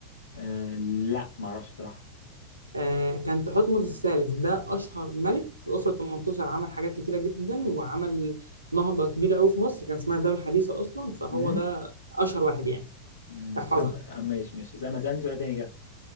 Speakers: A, on the left; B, on the right.
A: آه، لا ما اعرفش بصراحه
B: آه، كان تحتمس الثالث ده أشهر ملك في الأسرة 18 عمل حاجات كتيرة جدا وعمل نهضة كبيرة أوي في مصر كان اسمها الدولة الحديثة أصلا فهو
A: امم
B: ده أشهر واحد يعني
A: أمم،
B: تحفظها
A: طب آه، ماشي ماشي اسأل- ما اسالني سؤال تاني كده